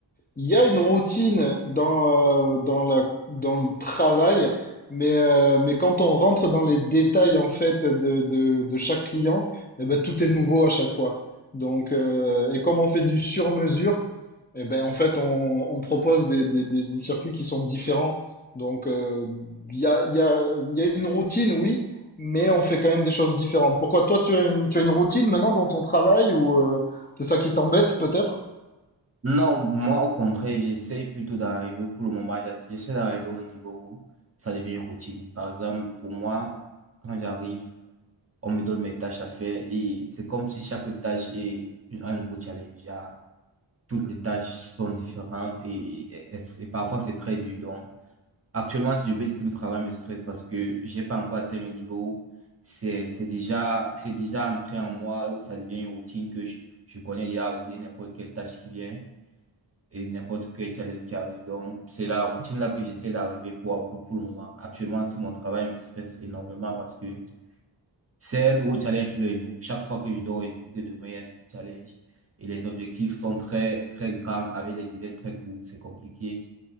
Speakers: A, on the left (about 20°); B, on the right (about 30°).
A: Il y a une routine dans, euh, dans la, dans le travail, mais, euh, mais quand on rentre dans les détails en fait de, de, de chaque client, eh ben, tout est nouveau à chaque fois. Donc, euh, et comme on fait du sur-mesure, eh ben, en fait, on, on propose des, des, des, des circuits qui sont différents. Donc, euh, il y a, il y a, il y a une routine, oui, mais on fait quand même des choses différentes. Pourquoi toi, tu as une, tu as une routine maintenant dans ton travail ou euh, c'est ça qui t'embête peut-être?
B: Non, moi, au contraire, j'essaie plutôt d'arriver, pour le moment, j'essa- j'essaie d'arriver au niveau où ça devient une routine. Par exemple, pour moi, quand j'arrive, on me donne mes tâches à faire et c'est comme si chaque tâche est une- un nouveau challenge. Ah, Toutes les tâches sont différentes et, et- et parfois c'est très dur. Donc, actuellement, si je peux dire que le travail me stresse parce que j'ai pas encore atteint le niveau, où c'est, c'est déjà, c'est déjà entré en moi où ça devient une routine que je, je connais déjà où il y a n'importe quelle tâche qui vient et n'importe quel challenge qui arrive. Donc, c'est la routine là que j'essaie d'arriver pour, pour, pour le moment. Actuellement, si mon travail me stresse énormément parce que c'est un nouveau challenge tous les jours. Chaque fois que je dors, je dis que demain, il y a un nouveau challenge. Et les objectifs sont très, très grands, avec les délais très courts. C'est compliqué.